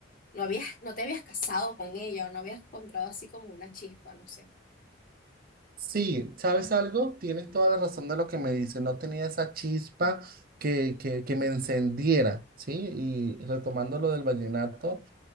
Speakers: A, on the left (about 45°); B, on the right (about 45°).
A: no habías, no te habías casado con ella o no habías encontrado así como una chispa, no sé.
B: Sí, ¿sabes algo? Tienes toda la razón de lo que me dices. No tenía esa chispa que, que, que me encendiera, ¿sí? Y retomando lo del vallenato